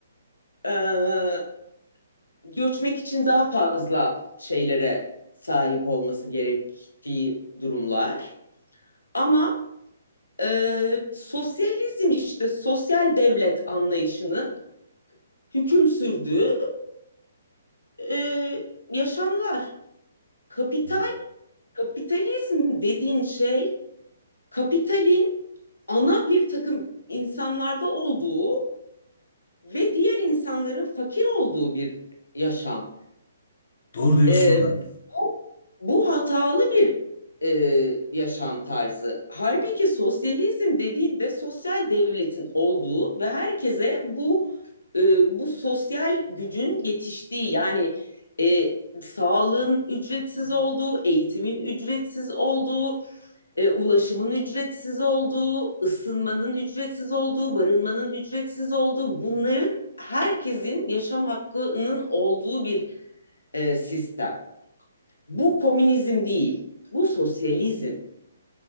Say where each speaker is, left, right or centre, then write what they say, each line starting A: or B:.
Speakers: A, on the left (about 85°); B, on the left (about 60°).
A: e, göçmek için daha fazla şeylere sahip olması gerektiği durumlar. Ama e, sosyalizm işte sosyal devlet anlayışının hüküm sürdüğü e, yaşamlar. Kapital,
B: Hmm.
A: kapitalizm dediğin şey kapitalin ana bir takım insanlarda olduğu ve diğer insanların fakir olduğu bir yaşam
B: Doğru diyorsun
A: E,
B: da.
A: bu, bu hatalı bir e, yaşam tarzı. Halbuki sosyalizm dediğinde sosyal devletin olduğu ve herkese bu e, bu sosyal gücün yetiştiği yani e, sağlığın ücretsiz olduğu, eğitimin ücretsiz olduğu, e, ulaşımın ücretsiz olduğu, ısınmanın ücretsiz olduğu, barınmanın ücretsiz olduğu bunların herkesin yaşam hakkının olduğu bir e, sistem. Bu komünizm değil. Bu sosyalizm